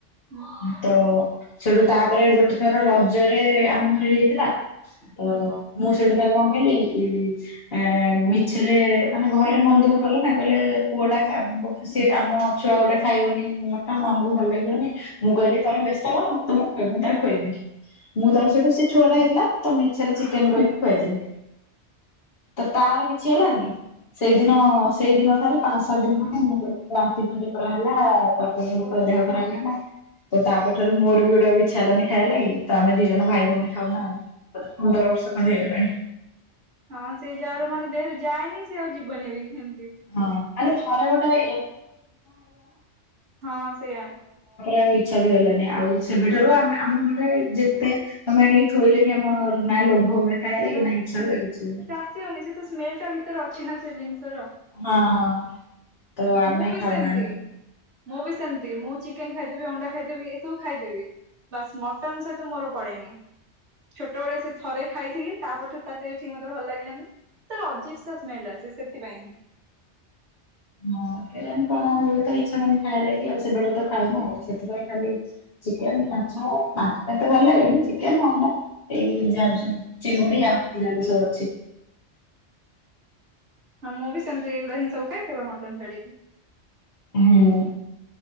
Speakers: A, on the right (about 85°); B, on the left (about 60°).
A: ହୁଁ, <unintelligible>
B: ତ ସେଠୁ ତାପରେ ଗୋଟେ ଥର ରଜରେ ଆମ ଘରେ ହେଇଥିଲା ତ
A: ହୁଁ
B: ମୁଁ ସେଠୁ ତାକୁ କଣ କହିଲିି ଏଁ ମିଛେରେ ମାନେ ଘରେ ମନ୍ ଦୁଖ କଲେ ନା କହିଲେ ପୁଅ ଟା ଖାବ। ସିଏଟା ଆମ ଛୁଆ ଗୋଟେ ଖାଇବନି ମଟନ୍ ଆମୁକୁ ଭଲ ଲାଗିବନି ମୁଁ କହିଲି ତମେ ବ୍ୟସ୍ତ ହୁଅନା ମୁଁ ତମକୁ ଖୁଆ ମୁଁ ତାକୁ ଖୁଆଇଦେବି। ମୁଁ ତାକୁ ସେଇଠୁ ସେ ଛୁଆଟା ହେଇଥିଲା ତ ମିଛେରେ
A: ହୁଁ
B: ଚିକେନ୍ କହି ଖୁଆଇଦେଲିି। ତ ତାର କିଛି ହେଲାନି ସେଇଦିନ
A: ହୁଁ
B: ସେ ସେଇଦିନ ଠାରୁ ପାଞ୍ଚ୍ ସାତ ଦିନି ଖଣ୍ଡେ ବାନ୍ତି ଫାନ୍ତି ପରା ହେଲା ତାପରେ
A: ଓ
B: ତା ଦେହ ଖରାପ୍ ହେଇଗଲା ତ ତା ପରଠାରୁ ମୋର ବି ଗୋଟେ ଆଉ ଇଛା ହେଲନି ଖାଇଆ ଲାଗି ତ ଆମେ ଦି ଜଣ ଭାଇ ଭଉଣୀ ଖାଉନାଉ ଗତ ପନ୍ଦର ବର୍ଷ ଖଣ୍ଡେ ହେଇଗଲାଣି।
A: ହଁ ସେ ଯାର ମାନେ ଦେହେରେ ଯାଏନି ସିଏ ଆଉ ଯିବନି ବି ଏମତି।
B: ହଁ। ତାପରେ
A: ହଁ ସେଇଆ।
B: ଆଉ ଇଚ୍ଛା ବି ହେଲାନି ଆଉ ସେବେଠାରୁ ଆମେ ଆମ ଘରେ ଯେତେ ତମେ ଆଣିକି ଥୋଇଲେ ବି ଆମର ନା ଲୋଭ ହୁଏ ଖାଇଆ
A: ସେ
B: ଲାଗି ନା ଇଛା ହୁଏ କିଛି ବି ନାଇଁ।
A: ସେ ଆସିବନି ସେ ତ ସ୍ମେଲ୍ ଟା ଭିତରେ ଅଛି ନା ସେ ଜିନିଷର।
B: ହଁ ତ ଆମେ
A: ମୁଁ ବି
B: ଖାଉନା
A: ସେମ୍
B: ଆମେ
A: ତି। ମୁଁ ବି ସେମିତି ମୁଁ ଚିକେନ୍ ଖାଇଦେବି ଅଣ୍ଡା ଖାଇଦେବି ଏସବୁ ଖାଇଦେବି। ବାସ୍ ମଟନ୍ ସହିତ ମୋର ପଡେନି ଛୋଟବଳେ ସେ ଥରେ ଖାଇଥିଲି ତା ପରଠାରୁ ତା ଟେଷ୍ଟ୍ ହିଁ ମତେ ଭଲ୍ ଲାଗିଲାନି ତାର ଅଜୀବ୍ ସା ସ୍ମେଲ୍ ଆସେ ସେଥି ପାଇଁ ହିଁ।
B: ହଁ କେଜାଣି କଣ ହୁଏ ତ ଇଚ୍ଛା ହୋଉନି ଖାଇବାଲାଗି ଆଉ ସେବେଠୁ
A: ହୁଁ
B: ତ ଖାଉନୁ ଆଉ। ସେଥିପାଇଁ ଖାଲି ଚିକେନ ମାଛ ମାଛ ପାଇଁ ତ ଭଲ ଲାଗେନି ଚିକେନ ଅଣ୍ଡା ଏଇ। ଯାଉଛନ୍ତି ଚିଙ୍ଗୁଡି ଆ ଜାନିରାମିଷ ଅଛି।
A: ହଁ ମୁଁ ବିି ସେମତୀ ଏଉଡା ହି ସବୁ ଖାଏ କେବଳ ମଟନ ଛାଡିକି।
B: ହୁଁ